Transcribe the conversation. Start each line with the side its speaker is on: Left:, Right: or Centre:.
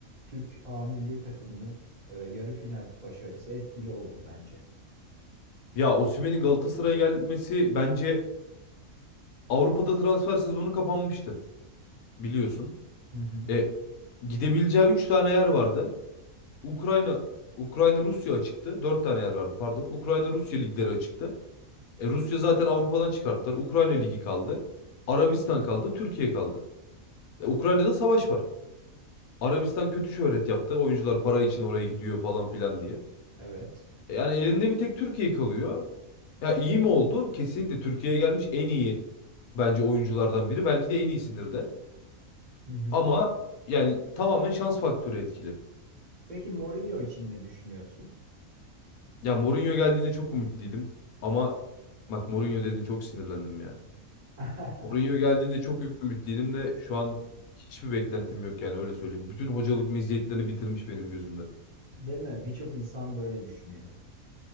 Right: Türk A milli takımının e, yarı final başarısı etkili oldu bence.
Left: Ya Osimhen'in Galatasaray'a gelmesi bence Avrupa'da transfer sezonu kapanmıştı biliyorsun.
Right: Hı hı.
Left: E gidebileceği 3 tane yer vardı. Ukrayna Ukrayna Rusya açıktı. 4 tane yer vardı pardon. Ukrayna Rusya ligleri açıktı. E Rusya zaten Avrupa'dan çıkarttılar. Ukrayna ligi kaldı. Arabistan kaldı, Türkiye kaldı. E, Ukrayna'da savaş var. Arabistan kötü şöhret yaptı. Oyuncular para için oraya gidiyor falan filan diye.
Right: Evet.
Left: E, yani elinde bir tek Türkiye kalıyor. Ya iyi mi oldu? Kesinlikle Türkiye'ye gelmiş en iyi bence oyunculardan biri. Belki de en iyisidir de.
Right: Hı hı.
Left: Ama yani tamamen şans faktörü etkili.
Right: Peki Mourinho için ne düşünüyorsun?
Left: Ya Mourinho geldiğinde çok umutluydım. Ama bak Mourinho dedin çok sinirlendim ya.
Right: <laughs>
Left: Mourinho geldiğinde çok ümitliydim de şu an hiçbir beklentim yok yani öyle söyleyeyim. Bütün hocalık meziyetlerini bitirmiş benim gözümde.
Right: Değil mi? Birçok insan böyle düşünüyor.